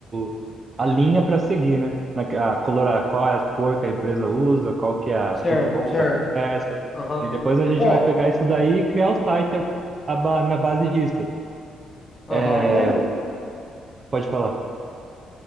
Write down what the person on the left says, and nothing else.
certo,
certo.
Aham.
Ó,
aham.
Como